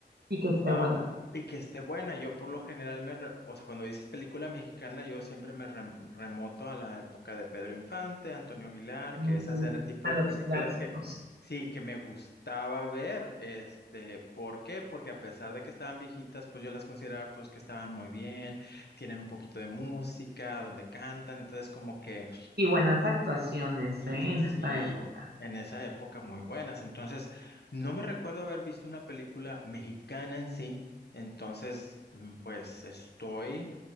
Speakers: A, on the right (about 60°); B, on the left (about 65°).
A: Y que esté
B: Ah,
A: buena.
B: y que esté buena. Yo por lo general me, re- o sea, cuando dices película mexicana, yo siempre me rem- remoto a la época de Pedro Infante, Antonio Aguilar,
A: Mm,
B: que esas eran el tipo
A: a
B: de
A: los
B: películas
A: clásicos.
B: que sí, que me gustaba ver. Este, ¿por qué? Porque a pesar de que estaban viejitas, pues yo las consideraba pues que estaban muy bien, tienen un poquito de música, donde cantan, entonces como que
A: Y buenas actuaciones,
B: y
A: ¿eh?
B: sí,
A: En esa época.
B: en esa época muy buenas. Entonces, no me recuerdo haber visto una película mexicana en sí. Entonces, mm, pues estoy